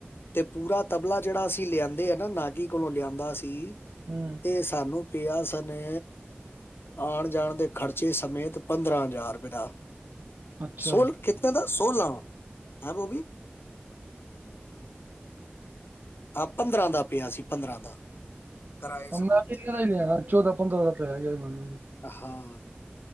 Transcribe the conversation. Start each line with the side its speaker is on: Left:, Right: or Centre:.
Left: ਤੇ ਪੂਰਾ ਤਬਲਾ ਜੇੜਾ ਅਸੀ ਲਿਆਂਦੇ ਆ ਨਾ ਨਾਗੀ ਕੋਲੋਂ ਲਿਆਂਦਾ ਸੀ
Right: ਹੂਂ
Left: ਏ ਸਾਨੂੰ ਪਿਆ ਸਾਨੇ ਆਣ- ਜਾਣ ਦੇ ਖ਼ਰਚੇ ਸਮੇਤ ਪੰਦਰਾਂ ਹਜ਼ਾਰ ਰਪੈ ਦਾ
Right: ਅੱਛਾ
Left: ਸੋਲ ਕਿਤਨੇ ਦਾ ਸੋਲਾਂ ਹੈਂ ਬੋਬੀ। ਆ ਪੰਦਰਾਂ ਦਾ ਪੇਆ ਸੀ ਪੰਦਰਾਂ ਦਾ ਕਿਰਾਏ ਸਮੇਤ
Right: ਹਾਂ ਮੈਂ ਵੀ ਐਈ ਲੇਆਐ ਚੌਦਾਂ ਪੰਦਰਾਂ ਦਾ ਪੈ ਗਿਆ ਮਨੂੰ
Left: ਹਾਂ